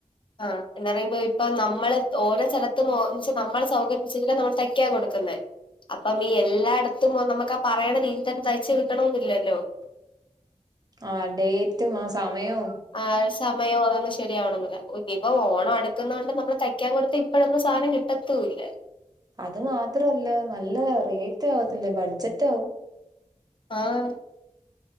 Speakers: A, on the left; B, on the right.
A: ആഹ് എന്ന് പറയുമ്പോ ഇപ്പ നമ്മള് ഓരോ സ്ഥലത്തും ഓ വെച്ച നമ്മള് സൗകര്യം അനുസരിച്ച്ട്ട നമ്മൾ തയ്ക്കാൻ കൊടുക്കുന്നേ. അപ്പം ഈ എല്ലായിടത്തും നമുക്കാ പറയണ രീതി തന്നെ തയ്ച്ച് കിട്ടണന്നില്ലല്ലോ?
B: ആഹ് ഡേറ്റും ആഹ് സമയോ
A: ആഹ് സമയം. <unintelligible> ശരിയാവണെന്നില്ല. ഇപ്പ ഓണം അടുക്കുന്നോണ്ട് നമ്മള് തയ്ക്കാൻ കൊടുത്ത ഇപ്പഴൊന്നും സാധനം കിട്ടത്തൂല്ല.
B: അത് മാത്രല്ല നല്ല റേറ്റ് ആകതില്ലെ? ബഡ്ജറ്റ് ആവും.
A: ആഹ്